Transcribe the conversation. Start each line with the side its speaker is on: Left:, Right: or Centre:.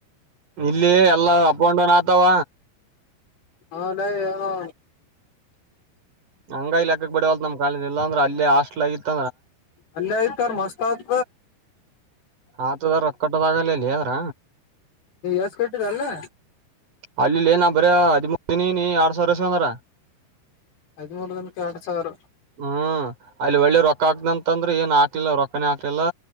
Right: ಇಲ್ಲಿ ಎಲ್ಲ ಅಪ್ ಅಂಡ್ ಡೌನ್ ಆತಾವ
Left: ಏನೋ
Right: ಹಂಗ ಇಕ್ಕಕ್ ಬಿಡವಲ್ ನಮ್ ಕಾಲೇಜ್ ಇಲ್ಲ ಅಂದ್ರ ಅ ಹಾಸ್ಟೆಲ್ಗ್
Left: ಅಲ್ಲೇ ಐತಾರ ಮಸ್ತ್ ಆತ್
Right: ಆತದ ರೊಕ್ಕಟ್ಟದಾಗ ಲಲ್ಲೆ ಆಗರ
Left: ಎಸ್ಟ್ ಕಟ್ಟಿದೆ ಅಲ್ಲಿ
Right: ಅಲ್ಲಿಲ್ಲಿ ನಾ ಬರ ಹದಿಮೂರು ದಿನ ಇದೀನಿ ಎರಡು ಸಾವಿರ ಇಸ್ಕೊಂಡರ
Left: ಹದಿಮೂರು ದಿನಕ್ಕೆ ಎರಡು ಸಾವಿರ
Right: ಹ್ಮ್ ಅಲ್ಲಿ ಒಳ್ಳೆ ರೊಕ್ಕ ಹಾಕ್ದಂತಂದ್ರೆ ಏನ್ ಹಾಕ್ಲಿಲ್ಲ ರೊಕ್ಕನೇ ಹಾಕ್ಲಿಲ್ಲ